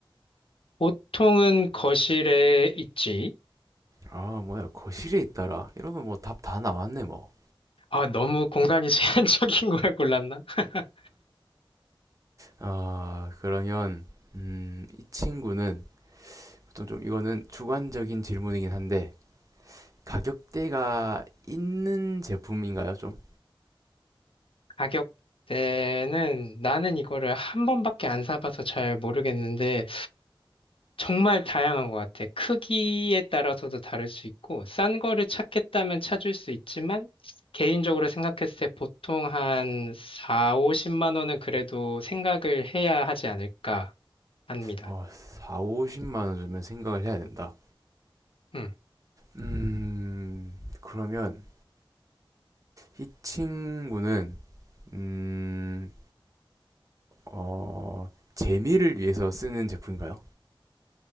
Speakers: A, on the left; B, on the right.
A: 보통은 거실에 있지.
B: 아, 뭐야, 거실에 있더라. 이러면 뭐 답 다 나왔네, 뭐.
A: 아, 너무 공간이 <laughs> 제한적인 걸 골랐나? <laughs>
B: 아, 그러면, 음, 이 친구는, 보통 좀 이거는 주관적인 질문이긴 한데, 가격대가 있는 제품인가요, 좀?
A: 가격대는, 나는 이거를 한 번밖에 안 사봐서 잘 모르겠는데, 정말 다양한 것 같아. 크기에 따라서도 다를 수 있고, 싼 거를 찾겠다면 찾을 수 있지만, 개인적으로 생각했을 때 보통 한 4, 50만 원은 그래도 생각을 해야 하지 않을까 합니다.
B: 어, 4, 50만 원 주면 생각을 해야 된다.
A: 음.
B: 음, 그러면, 이 친구는, 음, 어, 재미를 위해서 쓰는 제품인가요?